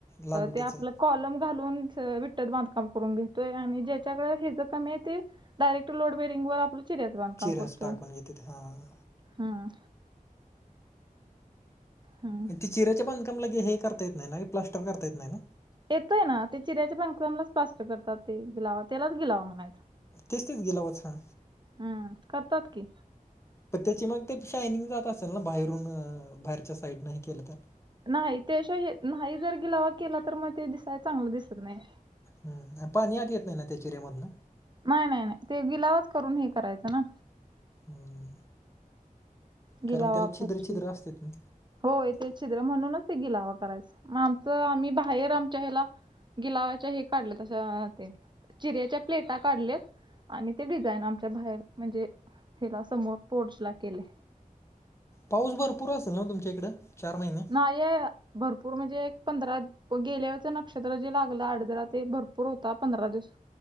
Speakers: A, on the left; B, on the right.
A: लाल विट्याचं
B: ते आपल कॉलम घालून विटत बांधकाम करून घेतोय आणि ज्याच्याकडे हेि ज कमी आहे ते डायरेक्ट लोड बेरिंग वर आपलं चिऱ्याचं बांधकाम
A: चिऱ्याच
B: करतोय
A: टाकून घेतात हां
B: हम्म. हम्म
A: ते चिऱ्याचे बांधकामला हे करता येत नाही ना प्लास्टर करता येत नाही ना.
B: येतोय ना ते चिऱ्याच्या बांधकामालाच प्लास्टर करतात ते गिलावा, त्यालाच गिलावा म्हणायचं.
A: तेच तेच गिलावाचा.
B: हम्म करतात कि
A: पण त्याची मग ते शायनिंग जात असेल ना, बाहेरून बाहेरच्या साईडन हे केलं तर
B: नाही ते शिवाय हे नाही जर गिलावा केला. तर मग ते दिसायला चांगलं दिसत नाही
A: हम्म पाणी आत येत नाही ना त्या चेऱ्यामधन.
B: नाही नाही नाही ते गिलावच करून हे करायचं ना.
A: हम्म
B: गिलावा
A: कारण त्याला छिद्र-
B: फरशी
A: छिद्र असते ना.
B: होय ते छिद्र म्हणूनच ते गिलावा करायचं. मग आमचं आम्ही बाहेर आमच्या हेला. गिलावाच्या हे काढलं तस ते चिऱ्याच्या प्लेटा काढलेत आणि ते डिझाईन आमच्या बाहेर म्हणजे हिला समोर पोर्च ला केले.
A: पाऊस भरपुर असेल ना तुमच्या इकडे चार महिने.
B: हाय ये भरपूर म्हणजे एक पंधरा पग गेल्या वेळच नक्षत्र जे लागलं अडदला ते भरपूर होता पंधरा दिवस.